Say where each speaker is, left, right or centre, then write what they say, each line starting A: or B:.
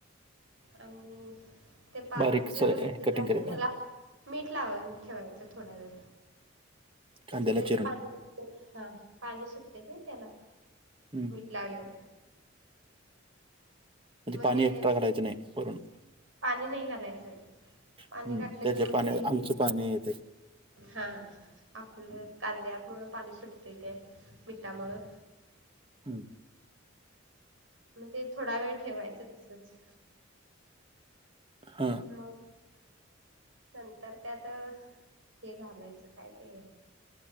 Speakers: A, on the right; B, on the right.
A: आणि ते पाच
B: बारीक
A: चिरून
B: स
A: <inaudible>
B: कटिंग करीत
A: त्याला.
B: राहू
A: मीठ लावून ठेवायचं थोडा वेळ म्हणजे
B: कांद्याला
A: त्याच
B: चिरून
A: पाणी. हा पाणी सुटते नाही त्याला
B: हम्म. म्हणजे
A: मीठ लावल्यावर.
B: म्हणजे
A: मग
B: पाणी
A: ते
B: एक्स्ट्रा घालायचं नाही वरून.
A: पाणी नाही घालायचं.
B: हम्म
A: पाणी घातलं
B: त्याच्या
A: की मग
B: पाण्यात
A: ते
B: आमच पाणी येते.
A: हा आपलं कांद्यामुळ पाणी सुटतंय ते मिठामुळं.
B: हम्म.
A: मग ते थोडा वेळ ठेवायचं तसच.
B: हा.
A: <unintelligible> नंतर त्यात हे घालायचं काय ते-